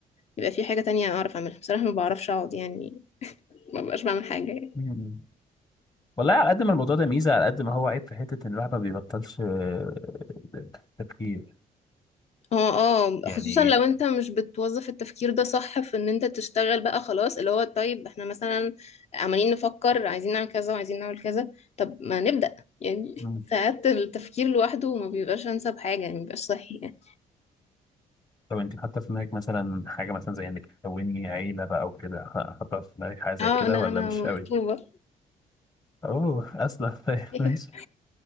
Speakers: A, on the left; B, on the left.
A: يبقى في حاجة تانية أعرف أعملها بصراحة ما بعرفش أقعد يعني ما بقاش بعمل حاجة
B: مم. والله على قد ما الموضوع ده ميزة على قد ما هو عيب في حتة ان الواحد ما بيبطلش آه، تفكير
A: اه اه
B: يعني
A: خصوصا لو انت مش بتوظف التفكير ده صح في ان انت تشتغل بقى خلاص اللي هو طيب احنا مثلا عمالين نفكر عايزين نعمل كذا وعايزين نعمل كذا طب ما نبدأ يعني
B: مم.
A: <laughs> ساعات التفكير لوحده ما بيبقاش انسب حاجة يعني مبيبقاش صحي يعني
B: طب انت حاطة في دماغك مثلا حاجة مثلا زي انك تكوني عيلة بقى او كده حاطة في دماغك حاجة زي
A: اه
B: كده
A: انا
B: ولا
A: انا
B: مش
A: مخطوبة
B: قوي اوه اصلا <laughs>
A: <laughs>
B: ماشي.